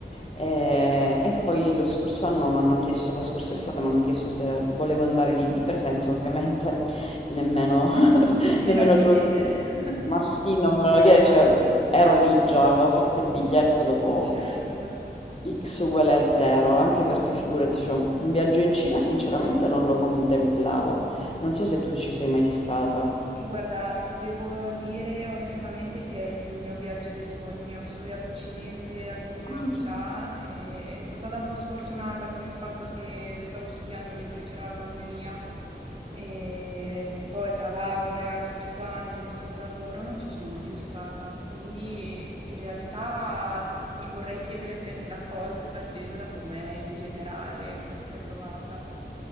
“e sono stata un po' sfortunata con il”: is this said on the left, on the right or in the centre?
Right